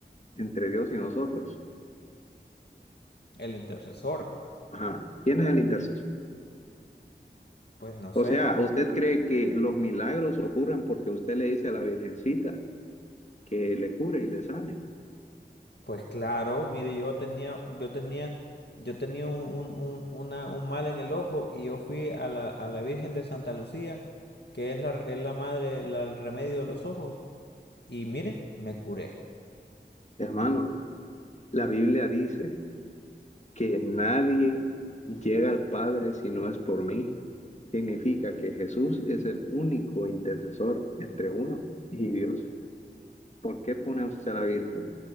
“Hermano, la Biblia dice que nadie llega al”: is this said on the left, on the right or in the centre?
Left